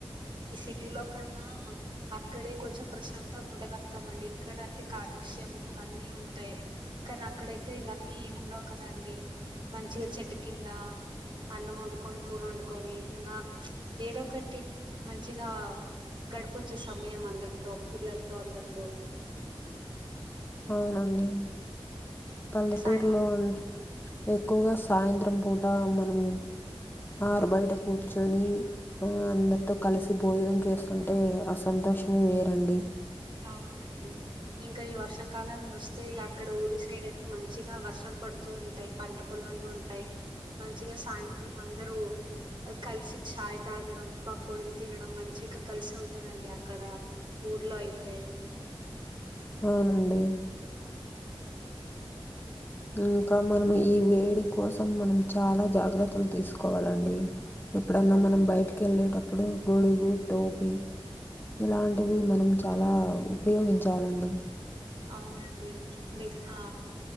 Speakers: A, on the right (about 55°); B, on the left (about 20°).
A: సిటీలోకనా అక్కడే కొంచెం ప్రశాంతంగా ఉండగలుగుతాండి ఇక్కడంటే కాలుష్యం ఇవన్నీ ఉంటాయి కానీ అక్కడైతే ఇవన్నీ ఏమి ఉండవు కదండి మంచిగా చెట్టు కిందా అన్నం వండుకొని కూర వండుకొని ఇంకా ఏదో ఒకటి మంచిగా గడిపొచ్చు సమయం అందరితో పిల్లలతో అందరితో
B: అవునండి పల్లెటూరులో
A: సాయంత్రం
B: అ ఎక్కువగా సాయంత్రం పూట మనం ఆరుబయట కూర్చొని ఆ అందరితో కలిసి భోజనం చేస్తుంటే అ సంతోషమే వేరండి
A: అవునండి ఇంకా ఈ వర్షాకాలం వస్తే ఇగ అక్కడ ఊరి సైడ్ ఏమో మంచిగా వర్షాలు పడుతూ ఉంటాయి పంట పో పొలాలు ఉంటాయి మంచిగా సాయంత్రం అందరూ కలిసి చాయ్ తాగడం పకోడిలు తినడం మంచిగాగా కలిసి ఉంటారు అండి అక్కడ ఊర్లో అయితే
B: అవునండి ఇంకా మనం ఈ వేడి కోసం మనం చాలా జాగ్రత్తలు తీసుకోవాలండి ఎప్పుడన్నా మనం బయటకి వెళ్ళేటప్పుడు గొడుగు టోపి ఇలాంటివి మనం చాలా ఉపయోగించాలండి
A: అవునండి లేక్ ఆ